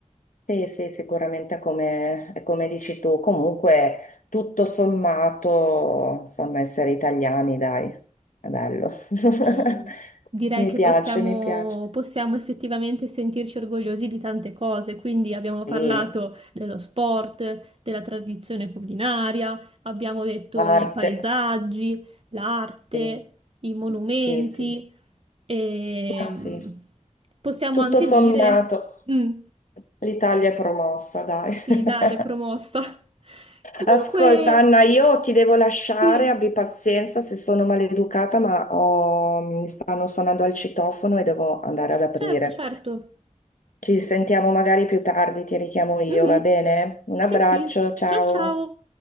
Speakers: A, on the left (about 80°); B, on the right (about 50°).
A: Sì, sì, sicuramente è come, è come dici tu. Comunque, tutto sommato, insomma, essere italiani, dai, è bello. <laughs>
B: Sì, Direi
A: Mi
B: che
A: piace,
B: possiamo,
A: mi piace.
B: possiamo effettivamente sentirci orgogliosi di tante cose, quindi abbiamo parlato
A: Sì,
B: dello sport, della tradizione culinaria, abbiamo detto i
A: arte.
B: paesaggi, l'arte,
A: Sì,
B: i monumenti
A: sì, sì.
B: e
A: Ma sì,
B: mm, possiamo
A: tutto
B: anche
A: sommato,
B: dire, Mm,
A: l'Italia è promossa, dai.
B: sì,
A: <laughs>
B: dai, è promossa. <laughs> Comunque,
A: Ascolta, Anna, io ti devo lasciare,
B: sì,
A: abbi pazienza se sono maleducata, ma ho- mi stanno suonando al citofono e devo andare ad aprire.
B: certo, certo.
A: Ci sentiamo magari più tardi, ti richiamo io,
B: Mhm,
A: va bene? Un
B: Sì,
A: abbraccio,
B: sì.
A: ciao.
B: Ciao, ciao.